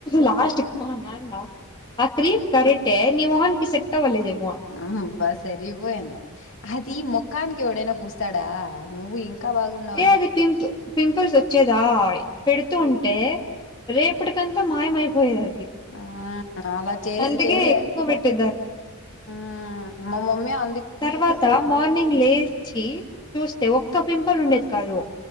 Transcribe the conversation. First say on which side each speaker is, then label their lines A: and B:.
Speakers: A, on the left; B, on the left.
A: లాస్ట్ కి మా నాన్న ఆ క్రీమ్ కరటే నీ మొహనికి సెట్ అవ్వలేదు ఏం
B: ఆ బా సరిపోయింది అది మోకానికి ఎవడైనా పూస్ స్తడా నువు ఇంకా బాగున్నావులే
A: ఏ అది పింపు పింపుల్స్ వచ్చేదా పెడుతూ ఉంటే రేపుటికంత మాయమైపోయేది అది
B: ఆ అలా చేసి
A: అందుకే
B: చేసే
A: ఎక్కువ పెట్టేదాన్ని
B: ఆ మ మమ్మీ అ
A: తర్వాత మార్నింగ్ లేచి చూస్తే ఒక్క పింపుల్ ఉండేది కాదు